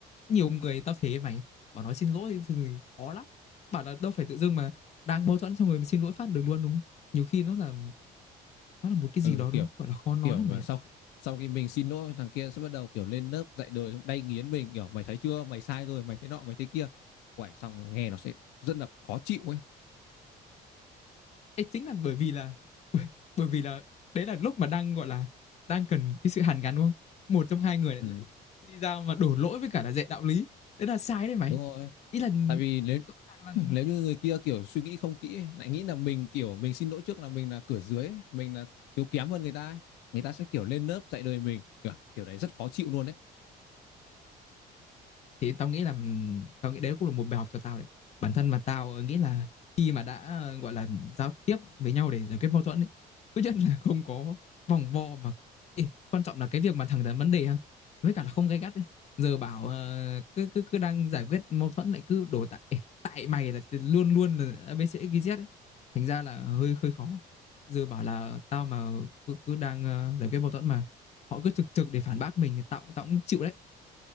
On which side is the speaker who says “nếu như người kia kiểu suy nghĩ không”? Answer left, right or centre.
Left